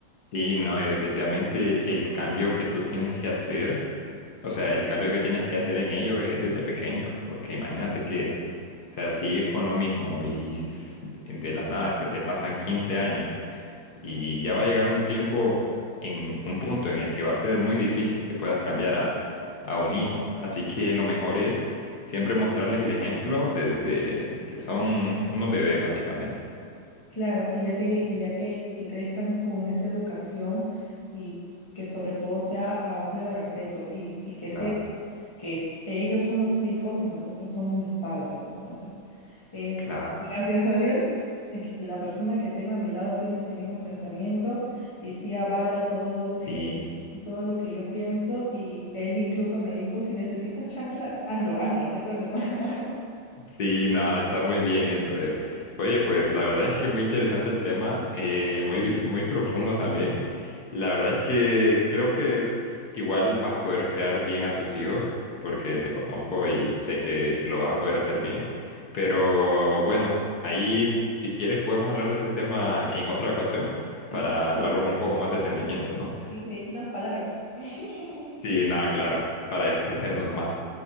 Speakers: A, on the left; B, on the left.
A: Sí, no, y definitivamente el cambio que tú tienes que hacer, o sea, el cambio que tienes que hacer en ellos es desde pequeño, porque imagínate que, o sea, sigues con lo mismo y s- de la nada se te pasan 15 años Y ya va a llegar un tiempo, en un punto en el que va a ser muy difícil que puedas cambiar a, a un hijo. Así que lo mejor es siempre mostrarles el ejemplo desde que son unos bebés, básicamente.
B: Claro, y ya que, y ya que, que crezcan con esa educación y que sobre todo sea a base de respeto y, y que sepan
A: Claro,
B: que es- ellos son los hijos y nosotros somos los padres. Entonces, es
A: claro.
B: gracias a Dios, <laughs> es- la persona que tengo a mi lado tiene ese mismo pensamiento y sí avala todo, eh,
A: Sí,
B: todo lo que yo pienso y él incluso me dijo, si necesitas chancla, hazlo, hazlo, no hay problema. <laughs>
A: Sí, nada, está muy bien eso. eh. Oye, pues la verdad es que muy interesante el tema, eh, muy, muy profundo también. La verdad es que creo que igual vas a poder crear bien a tus hijos, porque te conozco y sé que lo vas a poder hacer bien. Pero bueno, ahí si quieres podemos hablar de ese tema en otra ocasión para
B: Sí, claro,
A: hablarlo con un poco más detenimiento, ¿no?
B: sí, ahí tenemos para largo. <laughs>
A: Sí, nada, claro, para <laughs> extendernos más.